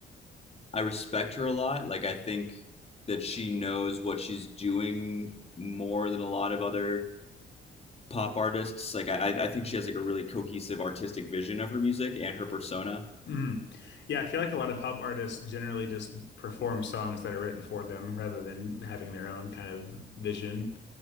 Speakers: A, on the left; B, on the left.
A: I respect her a lot. Like I think that she knows what she's doing more than a lot of other pop artists. Like I, I think she has like a really cohesive artistic vision of her music and her persona.
B: Mhm. Yeah, I feel like a lot of pop artists generally just perform songs that are written for them rather than having their own kind of vision.